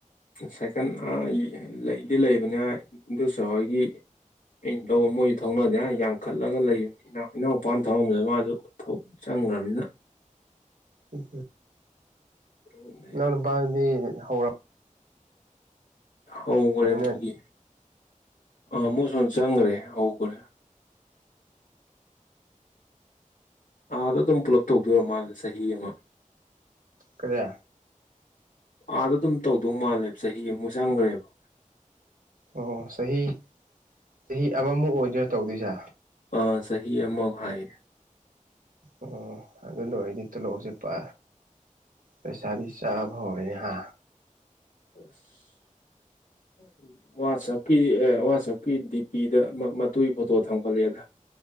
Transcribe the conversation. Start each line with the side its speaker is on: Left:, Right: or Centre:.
Left: ꯁꯥꯏꯀꯜ ꯑꯥ ꯂꯩꯗꯤ ꯂꯩꯕꯅꯦ <unintelligible> ꯏꯟꯗꯣꯝꯆꯥ ꯍꯣꯏꯒꯤ ꯑꯩꯅ ꯂꯧ ꯃꯣꯏꯖꯨ ꯊꯧꯅꯗꯦ ꯍꯥꯏ ꯌꯥꯡꯈꯠꯂꯒ ꯂꯩꯕꯅꯤ ꯏꯅꯥꯎꯄꯥꯅ <unintelligible> ꯃꯥꯖꯨ ꯊꯧ ꯆꯪꯒ꯭ꯔꯕꯅꯤꯅ
Right: ꯎꯝ
Left: ꯑꯗꯩ
Right: ꯅꯅꯥꯎꯅꯨꯄꯥ ꯗꯨꯗꯤ ꯍꯧꯔ
Left: ꯍꯧꯒ꯭ꯔꯦ
Right: ꯍꯧꯔꯕꯅꯤꯅ
Left: ꯃꯣꯏꯒꯤ ꯑꯥ ꯃꯣꯏꯁꯣꯟ ꯆꯪꯒ꯭ꯔꯦ ꯍꯧꯒ꯭ꯔꯦ ꯑꯥꯗ ꯑꯗꯨꯝ ꯄꯨꯂꯞ ꯇꯧꯗꯣꯏꯑꯣꯏꯔ ꯃꯜꯂꯦ ꯆꯍꯤ ꯑꯃ
Right: ꯀꯔꯤ
Left: ꯑꯥꯗ ꯑꯗꯨꯝ ꯇꯧꯗꯧ ꯃꯥꯜꯂꯦꯕ ꯆꯍꯤ ꯑꯃꯨ ꯆꯪꯒ꯭ꯔꯦꯕ
Right: ꯑꯣ ꯆꯍꯤ ꯆꯍꯤ ꯑꯃꯃꯨꯛ ꯑꯣꯏꯗꯣꯏꯔꯥ ꯇꯧꯗꯣꯏꯁꯦ
Left: ꯑ ꯆꯍꯤ ꯑꯃꯧ ꯍꯥꯏꯌꯦ
Right: ꯑꯣ ꯑꯗꯨ ꯂꯣꯏꯔꯗꯤ ꯇꯣꯂꯣꯞꯁꯦ ꯄ ꯄꯩꯁꯥꯕꯤ ꯆꯥꯕ ꯍꯧꯔꯦ ꯍ
Left: <unintelligible> ꯋꯥꯆꯞꯀꯤ ꯑꯦ ꯋꯥꯆꯞꯀꯤ ꯗꯤꯄꯤꯗ ꯃ ꯃꯇꯨꯒꯤ ꯐꯣꯇꯣ ꯊꯝꯀꯠꯂꯛꯑꯦꯗ